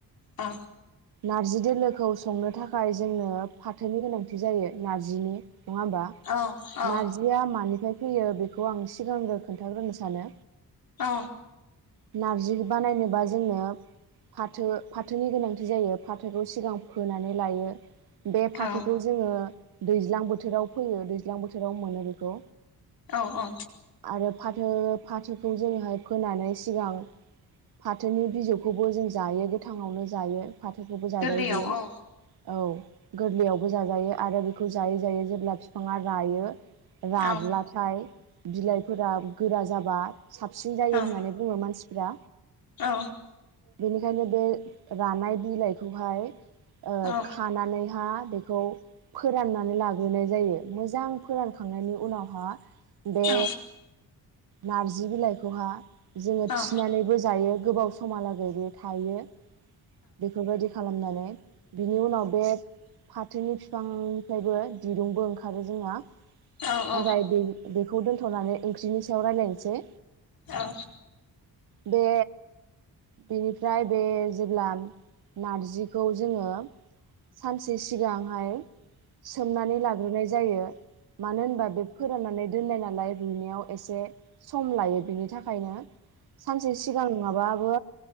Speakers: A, on the left; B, on the right.
A: औ
B: नारजि दोलोखौ संनो थाखाय जोंनो फाथोनि गोनांथि जायो नार्जिनि। नङा होमबा
A: औ औ
B: नारजिया मानिफ्राय फियो बेख खौ आं सिगांग्रो खोन्थाग्रोनो सानो
A: औ
B: नारजि बानायनोबा ज जोंनो फाथो फाथोनि गोनांथि बि जायो फाथोखौ सिगां फोनानै लायो। बे फाथोखौ
A: औ
B: जोंङो दैज्लां बोथोराव फैयो दैज्लां बोथोराव मोनो बेखौ
A: औ अ
B: आरो फाथो फाथोखौ जोंङोहाय फोनानै सिगां फाथोनि बिजौखौबो जों जायो गोथां आवनो जायो। फाथोखौबो जाजायो
A: गोरलैयाव
B: बियो
A: औ
B: औ गोरलैयाव। बो जाजायो आरो बेखौ जायै जायै जेब्ला बिफांङा रायो राब्ला
A: औ
B: थाइ बिलाइफोरा गोरा जाबा साबसिन जायो
A: औ
B: होननानै बुंङो मानसिफ्रा
A: औ
B: बेनिखायनो बे‌ रानाय बिलाइखौहाय ओ
A: औ
B: खानानैहा बे बे फोराननानै लाग्रोनाय जायो मोजां फोरानखांनायनि उनावहा। बे।
A: औ
B: नारजि बिलाइखौहाय जोंङो
A: औ
B: थिनानैबो जायो। गोबाव समहालागै बे थायो। बेफोरबायदि खालामनानै बिनि उनाव बे फाथोनि बिफांनिफ्रायबो दिरुंबो ओंखारो जोंहा।
A: औ
B: नाथाय बे बेखौ दोनथ'नानै ओंख्रिनि सायाव रायज्लायनोसै।
A: औ।
B: बे बेनिफ्राय बे जेब्ला नारजिखौ जोंङो सानसे सिगांहाय सोमनानै लाग्रोनाय जायो मानो होनबा बे फोराननानै दोननाय नालाय। रुनायाव एसे सम लायो बिनि थाखायनो सानसे सिगां नङाबाबो